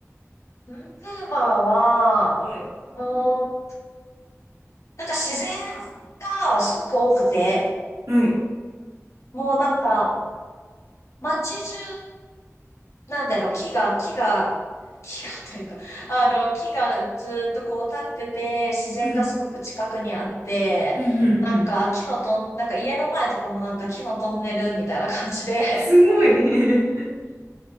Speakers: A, on the left; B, on the right.
A: バンクーバーは、
B: い。
A: うーん、なんか自然がすごく多くて、
B: はい。
A: もうなんか、街中、なんだろう、木が、木が、木がというか、あの、木がずっとこう立ってて、自然がすごく近くにあって、
B: うん。うんうんうん。
A: なんか木のトン、なんか家の前とかもなんか木のトンネルみたいな感じで
B: すごい。<laughs>